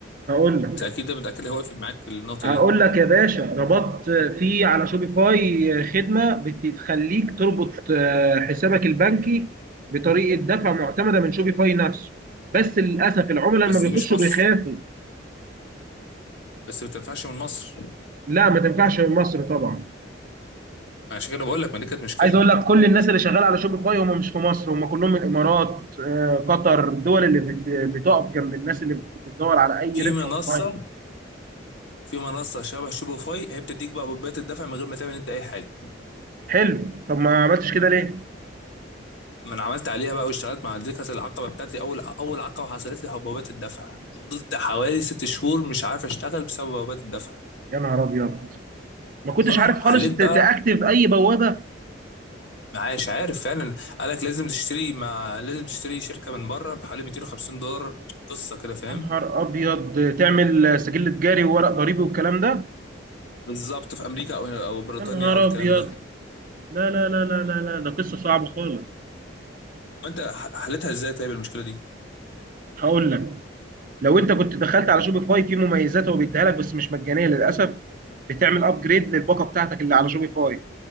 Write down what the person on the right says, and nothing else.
هقول لك
هقول
لك يا باشا ربطت في على شوبيفاي خدمة بتخليك تربط آه، حسابك البنكي بطريقة دفع معتمدة من شوبيفاي نفسه بس للأسف العملاء
لما بيخشوا
بيخافوا
لا ما تنفعش من مصر طبعا
عايز اقول لك كل الناس اللي شغاله على شوبيفاي هم مش في مصر هم كلهم من الامارات آه، قطر الدول اللي بت- بتقف جنب الناس اللي بت- بتدور على اي
ربح
اونلاين
حلو طب ما عملتش كده ليه
يا نهار ابيض ما كنتش
عارف خالص
ت-
تاكتف اي بوابة
يا نهار ابيض تعمل سجل تجاري وورق ضريبي والكلام ده
يا نهار
ابيض
لا لا لا لا لا لا ده قصه صعبه خالص
هقول لك لو انت كنت دخلت على شوبيفاي في مميزات هو بيديها لك بس مش مجانيه للاسف بتعمل ابجريد للباقه بتاعتك اللي على شوبيفاي